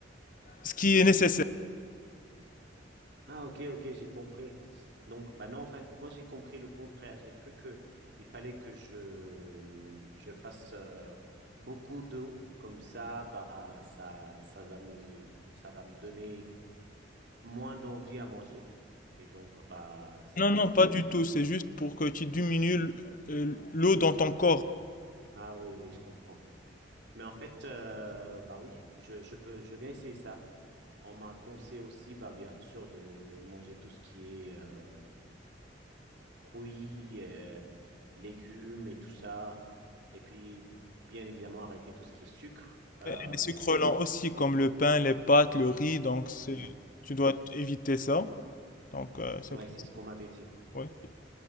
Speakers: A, on the left; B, on the right.
A: ce qui est nécessaire.
B: Ah, ok, ok, j'ai compris. Donc, bah non, en fait, moi, j'ai compris le contraire. J'ai cru que il fallait que je, je fasse euh, beaucoup d'eau. Comme ça, bah, ça, ça va me, ça va me donner moins d'envie à manger. Et donc, bah, ça
A: Non,
B: va
A: non,
B: me...
A: pas du tout. C'est juste pour que tu diminues l- euh, l'eau dans ton corps.
B: Ah oui, oui, je comprends. Mais en fait, euh, bah oui, je, je peux, je viens essayer ça. On m'a conseillé aussi, bah, bien sûr, de manger tout ce qui est euh, fruits, euh, légumes et tout ça. Et puis, bien évidemment, arrêter tout ce qui est sucre. Euh,
A: Et les sucres lents aussi, comme le pain, les pâtes, le riz. Donc, c'est-
B: voilà.
A: tu
B: Ouais,
A: dois éviter ça. Donc, euh, c'est
B: Ouais,
A: pour
B: c'est
A: ça.
B: ce qu'on m'avait dit.
A: ouais.